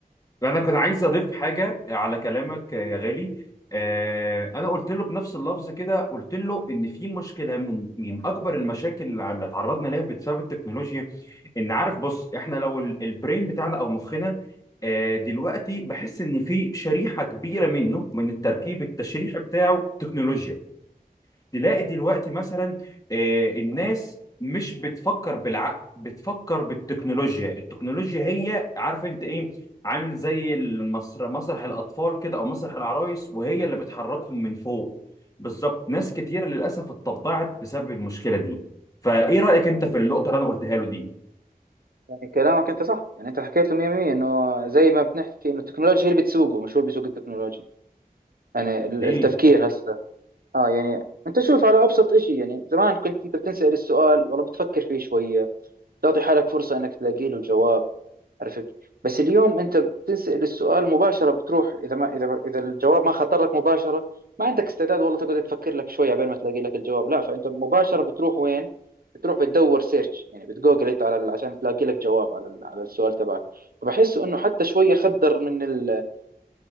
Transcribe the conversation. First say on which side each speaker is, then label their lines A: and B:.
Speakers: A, on the left; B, on the right.
A: انا كنت عايز اضيف حاجه على كلامك يا غالي آه انا قلت له بنفس اللفظ كده قلت له ان في مشكله من من اكبر المشاكل اللي اللي اتعرضنا ليها بسبب التكنولوجيا ان عارف بص احنا لو ال- البرين بتاعنا او مخنا آه، دلوقتي بحس ان في شريحه كبيره منه من التركيب التشريح بتاعه تكنولوجيا تلاقي دلوقتي مثلا آه، الناس مش بتفكر بالعقل بتفكر بالتكنولوجيا التكنولوجيا هي عارف انت ايه عامل زي المسر مسرح الاطفال كده او مسرح العرايس وهي اللي بتحركهم من فوق بالظبط ناس كتير للاسف اتطبعت بسبب المشكله دي فايه رايك انت في النقطه اللي انا قلتها له دي
B: يعني كلامك انت صح يعني انت حكيت له 100% انه زي ما بنحكي انه التكنولوجيا هي اللي بتسوقه مش هو اللي بيسوق التكنولوجيا يعني ال-
A: ايه
B: التفكير هسه اه يعني انت شوف على ابسط شيء يعني زمان كنت انت بتنسال السؤال والله بتفكر فيه شويه تعطي حالك فرصه انك تلاقي له جواب عرفت بس اليوم انت بتنسأل السؤال مباشره بتروح اذا ما اذا اذا الجواب ما خطر لك مباشره ما عندك استعداد والله تقعد تفكر لك شويه عبين ما تلاقي لك الجواب لا فانت مباشره بتروح وين بتروح بتدور سيرش يعني بتجوجل انت على ال- عشان تلاقي لك جواب على ال- على السؤال تبعك فبحس انه حتى شويه خدر من ال